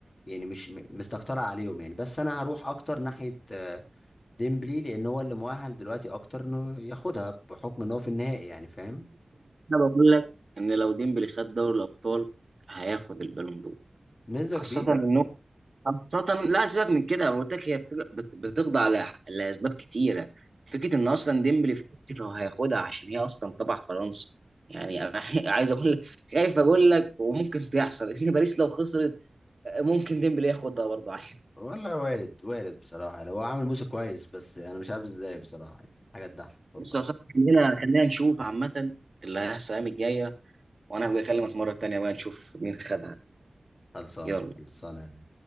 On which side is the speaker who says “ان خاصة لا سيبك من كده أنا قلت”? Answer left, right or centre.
Right